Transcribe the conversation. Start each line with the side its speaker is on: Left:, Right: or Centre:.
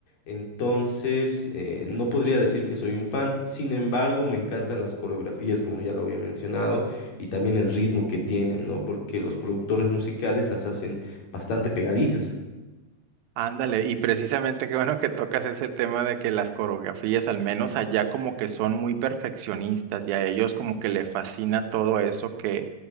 Left: Entonces, eh, no podría decir que soy un fan. Sin embargo, me encantan las coreografías, como ya lo había mencionado y también el ritmo que tienen, ¿no? Porque los productores musicales las hacen bastante pegadizas.
Right: Ándale, y precisamente qué bueno que tocas ese tema de que las coreografías, al menos allá como que son muy perfeccionistas y a ellos como que le fascina todo eso que,